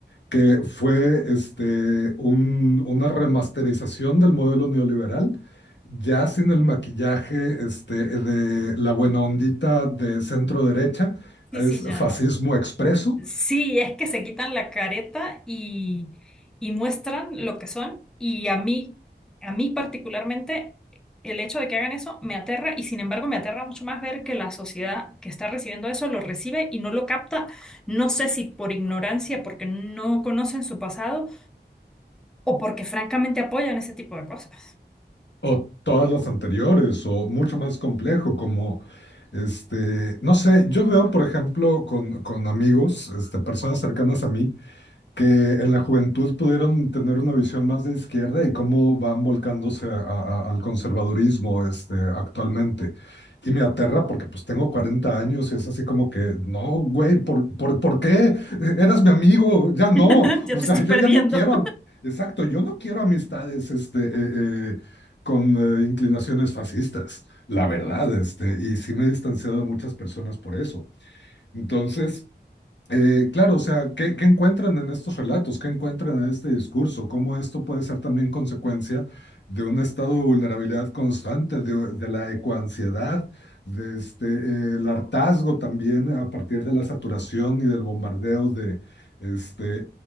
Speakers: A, on the left; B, in the centre.
A: que fue este, un- una remasterización del modelo neoliberal, ya sin el maquillaje este, de la buena ondita de centro derecha,
B: Sí,
A: es
B: sí, ya.
A: fascismo expreso
B: Sí, es que se quitan la careta y, y muestran lo que son. Y a mí, a mí particularmente, el hecho de que hagan eso me aterra y sin embargo me aterra mucho más ver que la sociedad que está recibiendo eso lo recibe y no lo capta. No sé si por ignorancia, porque no conocen su pasado o porque francamente apoyan ese tipo de cosas.
A: O todas las anteriores, o mucho más complejo, como, este, no sé, yo veo, por ejemplo, con, con amigos, este, personas cercanas a mí, que en la juventud pudieron tener una visión más de izquierda y cómo van volcándose a- a- al conservadurismo este, actualmente. Y me aterra porque pues tengo 40 años y es así como que, no, güey, ¿por, por, por qué? Eh, Eras mi amigo, ya no.
B: <laughs> Ya
A: O
B: te
A: sea,
B: estoy
A: yo
B: perdiendo.
A: ya no quiero, a- exacto, yo no quiero amistades este, eh, eh, con eh, inclinaciones fascistas, la verdad, este, y sí me he distanciado de muchas personas por eso. Entonces... Eh, claro, o sea, ¿qué, qué encuentran en estos relatos? ¿Qué encuentran en este discurso? ¿Cómo esto puede ser también consecuencia de un estado de vulnerabilidad constante, de, de la ecoansiedad, de este, eh, el hartazgo también a partir de la saturación y del bombardeo de este,